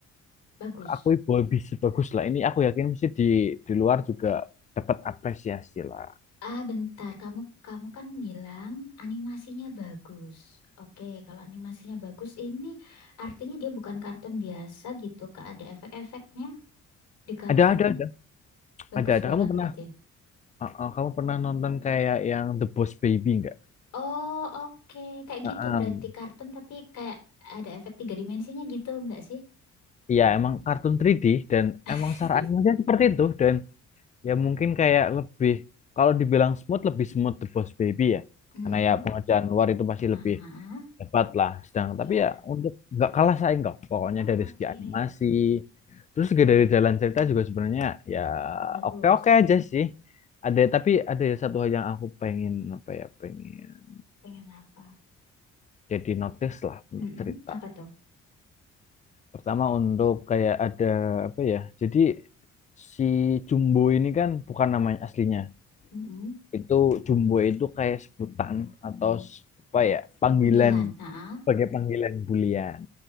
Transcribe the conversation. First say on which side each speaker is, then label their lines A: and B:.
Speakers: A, on the left; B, on the left.
A: bagus.
B: aku boy bagus lah ini aku yakin mesti di di luar juga dapat apresiasi lah
A: Ah, bentar. Kamu kamu kan bilang animasinya bagus. Oke, kalau animasinya bagus ini artinya dia bukan kartun biasa gitu, Kak. Ada efek-efeknya di kartunnya.
B: ada ada ada
A: Bagus
B: ada ada
A: banget
B: kamu pernah
A: berarti ya.
B: uh, uh, kamu pernah nonton kayak yang The Boss Baby nggak
A: Oh, oke. Kayak
B: Uh,
A: gitu
B: um,
A: berarti kartun tapi kayak ada efek tiga dimensinya gitu, enggak sih?
B: Iya emang kartun 3D dan emang
A: <laughs>
B: secara animasi seperti itu dan ya mungkin kayak lebih kalau dibilang smooth lebih smooth The Boss Baby ya
A: Mm-mm.
B: karena ya pengerjaan luar itu pasti
A: Nah,
B: lebih
A: ah, ah.
B: Dapat lah sedang
A: Iya.
B: tapi ya untuk nggak kalah saing kok pokoknya
A: Oke.
B: dari segi animasi terus juga dari jalan cerita juga sebenarnya ya
A: Bagus.
B: oke oke aja sih ada tapi ada satu hal yang aku pengen apa ya pengen
A: Pengen apa?
B: jadi notice lah untuk
A: Mm-mm.
B: cerita
A: Apa tuh?
B: pertama untuk kayak ada apa ya jadi si Jumbo ini kan bukan namanya aslinya
A: Mm-mm.
B: itu Jumbo itu kayak sebutan atau s- apa ya panggilan
A: Panggilan. Nah, ah.
B: sebagai panggilan bulian